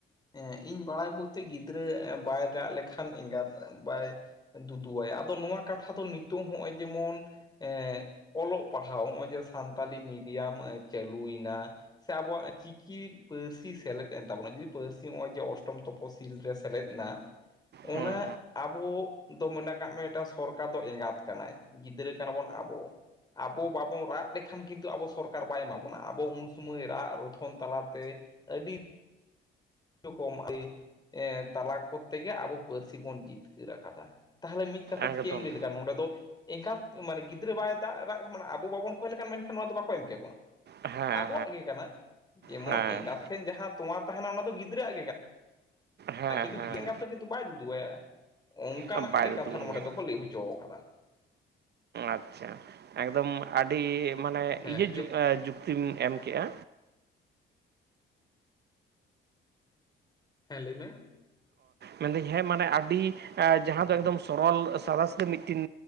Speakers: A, on the left (about 20°); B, on the right (about 55°).
A: ᱮᱸᱻ ᱤᱧ ᱵᱟᱲᱟᱭ ᱵᱚᱞᱛᱮ ᱜᱤᱫᱽᱨᱟᱹ ᱵᱟᱭ ᱨᱟᱜ ᱞᱮᱠᱷᱟᱱ ᱮᱸᱜᱟᱛ ᱵᱟᱭ ᱫᱩᱫᱩᱣᱟᱭᱟ ᱟᱫᱚ ᱱᱚᱣᱟ ᱠᱟᱛᱷᱟ ᱫᱚ ᱱᱤᱛᱳᱝ ᱱᱚᱜᱼᱚᱭ ᱡᱮᱢᱚᱱ, ᱮᱸ ᱚᱞᱚᱜ ᱯᱟᱲᱦᱟᱣ ᱱᱚᱜᱼᱚᱭ ᱡᱮ ᱥᱟᱱᱛᱟᱞᱤ ᱢᱤᱰᱤᱭᱟᱢ ᱪᱟᱹᱞᱩᱭᱮᱱᱟ ᱾ ᱥᱮ ᱟᱵᱚᱣᱟᱜ ᱪᱤᱠᱼᱼ ᱠᱤ ᱯᱟᱹᱨᱥᱤ ᱥᱮᱞᱮᱫ ᱮᱱ ᱛᱟᱵᱚᱱᱟ ᱡᱩᱫᱤ ᱯᱟᱹᱨᱥᱤ ᱱᱚᱜᱼᱚᱭ ᱡᱮ ᱚᱥᱴᱚᱢ ᱛᱚᱯᱚᱥᱤᱞ ᱨᱮ ᱥᱮᱞᱮᱫ ᱮᱱᱟ᱾
B: ᱦᱮᱸ
A: ᱚᱱᱟ ᱟᱵᱚ ᱫᱚ ᱢᱚᱱᱮ ᱠᱟᱜ ᱢᱮ ᱢᱤᱫᱴᱟᱝ ᱥᱚᱨᱠᱟᱨ ᱫᱚ ᱮᱸᱜᱟᱛ ᱠᱟᱱᱟᱭ᱾ ᱜᱤᱫᱽᱨᱟᱹ ᱠᱟᱱᱟ ᱵᱚᱱ ᱟᱵᱚ᱾ ᱟᱵᱚ ᱵᱟᱵᱚᱱ ᱨᱟᱜ ᱞᱮᱠᱷᱟᱱ ᱠᱤᱱᱛᱩ ᱟᱵᱚ ᱥᱚᱨᱠᱟᱨ ᱵᱟᱭ ᱮᱢᱟ ᱵᱚᱱᱟ ᱟᱵᱚ ᱩᱱ ᱥᱚᱢᱚᱭ ᱨᱟᱜ ᱨᱚᱫᱷᱚᱱ᱾ ᱛᱟᱞᱟᱛᱮ ᱟᱹᱰᱤ, ᱨᱚᱠᱚᱢᱟᱹᱨᱤ ᱛᱟᱞᱟ ᱠᱚᱨᱛᱮ ᱜᱮ ᱟᱵᱚ ᱯᱟᱹᱨᱥᱤ ᱵᱚᱱ ᱡᱤᱛᱠᱟᱹᱨ ᱟᱠᱟᱫᱟ ᱛᱟᱦᱚᱞᱮ ᱢᱤᱫ ᱠᱟᱛᱷᱟ
B: ᱦᱮᱸ
A: ᱛᱮ
B: ᱦᱮᱸ ᱦᱮᱸ ᱮᱠᱫᱚᱢ
A: ᱪᱮᱫ ᱮᱢ ᱞᱟᱹᱭ ᱞᱮᱠᱷᱟᱱ ᱱᱚᱸᱰᱮ ᱫᱚ᱾ ᱮᱱᱜᱟᱛ ᱢᱟᱱᱮ ᱜᱤᱫᱽᱨᱟᱹ ᱵᱟᱭ ᱫᱟᱜ ᱨᱟᱜ ᱢᱟᱱᱮ ᱟᱵᱚ ᱵᱟᱵᱚᱱ ᱠᱦᱚᱭ ᱞᱮᱠᱷᱟᱱ ᱢᱮᱱᱠᱷᱟᱱ ᱱᱚᱣᱟ ᱫᱚ ᱵᱟᱠᱚ ᱮᱢ ᱠᱮ ᱵᱚᱱᱟ᱾
B: ᱦᱮᱸ ᱦᱮᱸ
A: ᱟᱵᱚᱣᱟᱜ ᱜᱮ ᱠᱟᱱᱟ ᱡᱮᱢᱚᱱ
B: ᱦᱮᱸ
A: ᱮᱸᱜᱟᱛ ᱴᱷᱮᱱ ᱡᱟᱦᱟᱸ ᱛᱚᱣᱟ ᱛᱟᱦᱮᱱᱟ ᱚᱱᱟ ᱫᱚ ᱜᱤ ᱜᱤᱫᱽᱨᱟᱹᱼᱟᱜ ᱜᱮ ᱠᱟᱱᱟ
B: ᱦᱮᱸ
A: ᱠᱤᱱᱛᱩ
B: ᱦᱮᱸ
A: ᱜᱤᱫᱨᱟᱹ ᱮᱸᱜᱟᱜ ᱫᱚ ᱠᱤᱱᱛᱩ ᱵᱟᱭ ᱫᱩᱫᱩᱜᱟᱭᱟ ᱾ ᱚᱱᱠᱟᱱᱟᱜ
B: ᱦᱮᱸ ᱵᱟᱭ
A: ᱜᱮ
B: ᱫᱩᱫᱩ
A: ᱠᱟᱛᱷᱟ
B: ᱟᱭᱟ
A: ᱱᱚᱸᱰᱮ ᱫᱚᱠᱚ ᱞᱟᱹᱭ ᱦᱚᱪᱚ ᱟᱠᱟᱫᱟ᱾
B: ᱟᱪᱪᱷᱟ ᱮᱠᱫᱚᱢ ᱟᱹᱰᱤ ᱢᱟᱱᱮ
A: ᱦᱮᱸ
B: ᱤᱭᱟᱹ
A: ᱡᱮ
B: ᱡᱩ ᱡᱩᱠᱛᱤᱢ ᱮᱢ ᱠᱮᱼᱟ᱾
A: ᱦᱮᱸ ᱞᱟᱹᱭ ᱢᱮ?
B: ᱢᱮᱱ ᱫᱟᱹᱧ ᱦᱮᱸ ᱢᱟᱱᱮ ᱟᱹᱰᱤ ᱟᱸ ᱡᱟᱦᱟᱸ ᱫᱚ ᱮᱠᱫᱚᱢ ᱥᱚᱨᱚᱞ ᱥᱟᱫᱟ ᱥᱤᱫᱟᱹ ᱢᱤᱫᱴᱤᱱ,